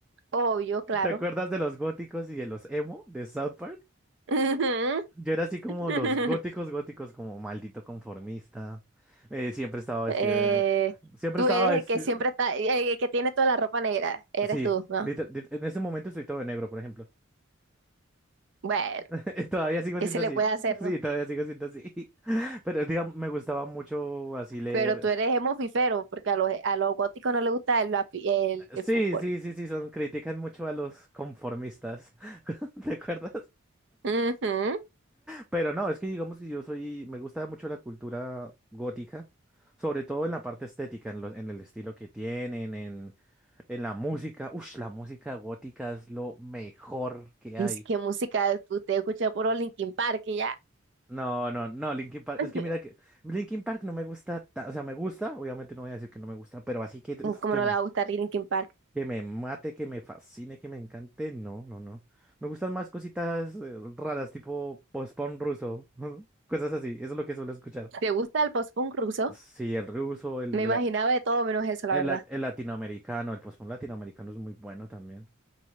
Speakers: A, on the right (about 60°); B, in the centre.
A: Obvio, claro.
B: ¿Te acuerdas de los góticos y de los emo de South Park?
A: Ujú.
B: Yo era así como
A: <laughs>
B: los góticos góticos, como maldito conformista. Eh, siempre estaba vestido
A: Eh,
B: de... Siempre
A: tú
B: estaba
A: eres
B: vestido...
A: el que siempre está, el que tiene toda la ropa negra, eres
B: Sí,
A: tú, ¿no?
B: liter- lit- en ese momento estoy todo de negro, por ejemplo.
A: Bueno,
B: <laughs> Todavía sigo
A: ¿qué
B: siendo
A: se le
B: así.
A: puede hacer, ¿no?
B: Sí, todavía sigo siendo así. <laughs> Pero digamos, me gustaba mucho así leer.
A: Pero tú eres hemofifero, porque a los, a los góticos no les gusta el, lapi- el, el
B: Sí,
A: fútbol.
B: sí, sí, sí, son critican mucho a los conformistas. <laughs> ¿Te acuerdas?
A: Ujú.
B: Pero no, es que digamos que yo soy, me gusta mucho la cultura gótica, sobre todo en la parte estética, en, lo- en el estilo que tienen, en, en la música. Ush, la música gótica es lo mejor que
A: Dice,
B: hay.
A: ¿qué música? Usted escucha puro Linkin Park y ya.
B: No, no, no, Linkin Park,
A: <laughs>
B: es que mira que Linkin Park no me gusta, ta- o sea, me gusta, obviamente no voy a decir que no me gusta, pero así que, uf,
A: ¿Cómo
B: que
A: no
B: me,
A: le va a gustar Linkin Park?
B: que me mate, que me fascine, que me encante, no, no, no. Me gustan más cositas eh, raras, tipo post-punk ruso, <laughs> cosas así, eso es lo que suelo escuchar.
A: ¿Te gusta el post-punk ruso?
B: Sí, el ruso, el,
A: Me
B: la-
A: imaginaba de todo menos eso,
B: el,
A: la verdad.
B: lat- el latinoamericano, el post latinoamericano es muy bueno también.